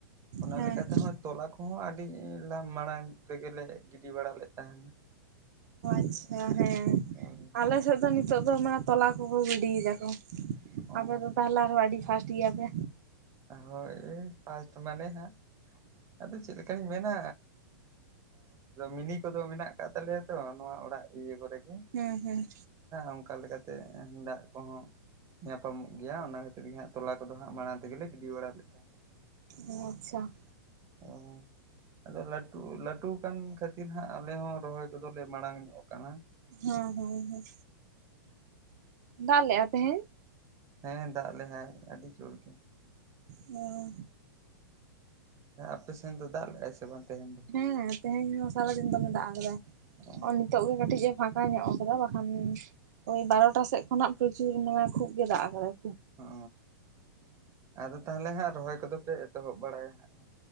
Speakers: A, on the right; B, on the right.
A: ᱚᱱᱟ
B: ᱦᱮᱸ
A: ᱞᱮᱠᱟ ᱛᱮᱦᱚᱸ ᱛᱚᱞᱟ ᱠᱚᱦᱚᱸ ᱟᱹᱰᱤ ᱢᱟᱲᱟᱝ ᱨᱮᱜᱮᱞᱮ ᱜᱤᱰᱤ ᱵᱟᱲᱟ ᱞᱮᱫ ᱛᱟᱦᱮᱱᱟ
B: ᱟᱪᱪᱷᱟ ᱦᱮᱸ
A: ᱦᱳᱭ
B: ᱟᱞᱮ ᱥᱮᱫ ᱫᱚ ᱱᱤᱛᱚᱜ ᱫᱚ ᱢᱟᱱᱮ ᱛᱚᱞᱟ ᱠᱚᱠᱚ ᱜᱤᱰᱤᱭᱮᱫᱟ ᱠᱚ
A: ᱚ
B: ᱟᱯᱮ ᱫᱚ ᱛᱟᱦᱞᱮ ᱟᱨᱦᱚ ᱟᱹᱰᱤ ᱯᱷᱟᱥᱴ ᱜᱮᱭᱟ ᱯᱮ
A: ᱦᱳᱭ ᱯᱷᱟᱥᱴ ᱢᱟᱱᱮ ᱦᱟᱸᱜ ᱟᱫᱚ ᱪᱮᱫᱮᱠᱞᱤᱧ ᱢᱮᱱᱟ ᱢᱤᱱᱤ ᱠᱚᱫᱚ ᱢᱮᱱᱟᱜ ᱟᱠᱟᱫ ᱛᱟᱞᱮᱭᱟ ᱛᱚ ᱱᱚᱣᱟ ᱚᱲᱟᱜ ᱤᱭᱟᱹ ᱠᱚᱨᱮᱜᱤ
B: ᱦᱮᱸ ᱦᱮᱸ
A: ᱚᱱᱠᱟ ᱞᱮᱠᱟᱛᱮ ᱫᱟᱜ ᱠᱚᱦᱚᱸ ᱧᱟᱯᱟᱢᱚᱜ ᱜᱮᱭᱟ ᱚᱱᱟ ᱠᱷᱟᱹᱛᱤᱨ ᱜᱮ ᱦᱟᱸᱜ ᱛᱚᱞᱟ ᱠᱚᱫᱚ ᱦᱟᱸᱜ ᱢᱟᱲᱟᱝ ᱛᱮᱜᱮᱞᱮ ᱜᱤᱰᱤ ᱵᱟᱲᱟ ᱞᱮᱫ ᱛᱟᱦᱮ
B: ᱚ ᱟᱪᱪᱷᱟ
A: ᱚ ᱟᱫᱚ ᱞᱟᱹᱴᱩ ᱞᱟᱹᱴᱩ ᱠᱟᱱ ᱠᱷᱟᱹᱛᱤᱨ ᱦᱟᱸᱜ ᱟᱞᱮ ᱦᱚᱸ ᱨᱚᱦᱚᱭ ᱠᱚᱫᱚᱞᱮ ᱢᱟᱲᱟᱝ ᱭᱚᱜ ᱟᱠᱟᱱᱟ
B: ᱦᱮᱸ ᱦᱮᱸ ᱦᱮᱸ ᱫᱟᱜ ᱞᱮᱫᱼᱟ ᱛᱮᱦᱮᱸᱧ
A: ᱦᱮᱸ ᱫᱟᱜ ᱞᱮ-ᱟᱭ ᱟᱹᱰᱤ ᱡᱳᱨ ᱜᱮ
B: ᱚ
A: ᱦᱮᱸ ᱟᱯᱮᱱ ᱫᱚ ᱫᱟᱜ ᱞᱮᱫ ᱟᱭ ᱵᱟᱝ ᱛᱮᱦᱮᱱ ᱫᱚ
B: ᱦᱮᱸ ᱛᱮᱦᱮᱧ ᱥᱟᱨᱟ ᱫᱤᱱ ᱫᱚᱢᱮ ᱫᱟᱜ ᱟᱠᱟᱫᱟᱭ
A: ᱚ
B: ᱱᱤᱛᱚᱜ ᱜᱮ ᱠᱟᱹᱴᱤᱡ ᱯᱷᱟᱠᱟ ᱧᱚᱜ ᱟᱠᱟᱫᱟ ᱵᱟᱠᱷᱟᱱ ᱳᱭ ᱵᱟᱨᱚᱴᱟ ᱥᱮᱫ ᱠᱷᱚᱱᱟᱜ ᱯᱨᱚᱪᱩᱨ ᱢᱟᱱᱮ ᱠᱷᱩᱯ ᱜᱮᱭ ᱫᱟᱜ ᱟᱠᱟᱫᱟᱭ
A: ᱚ ᱟᱫᱚ ᱛᱟᱦᱚᱞᱮ ᱦᱟᱸᱜ ᱨᱚᱦᱚᱭ ᱠᱚᱫᱚ ᱯᱮ ᱮᱛᱚᱦᱚᱵ ᱵᱟᱲᱟᱭᱟ ᱦᱟᱸᱜ